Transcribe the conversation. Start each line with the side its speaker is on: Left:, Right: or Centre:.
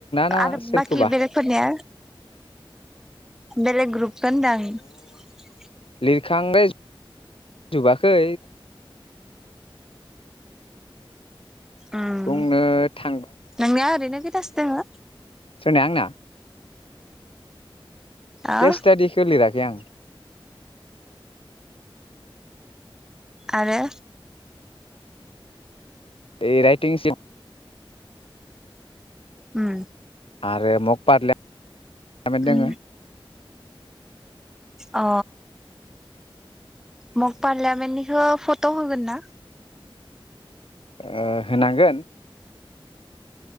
Left: ना
Centre: आरो
Left: सोरखौबा
Centre: बाखि बेलेगफोरनिया? बेलग ग्रुप <unintelligible>
Left: लिरखांद्राय जोबाखै।
Centre: उम
Left: बुंनो था
Centre: नोंनिया ओरैनो खैथासो हो
Left: सोरनिया आंना?
Centre: ओ
Left: केस स्टाडिखो लिराखै आं।
Centre: आरो
Left: बे राइटिं सिब
Centre: उम
Left: आरो मग पार्ला यामेन
Centre: उम
Left: दोङो
Centre: अ मप पार्लियामेन्टनिखो फट' होगोन ना
Left: ओ होनांगोन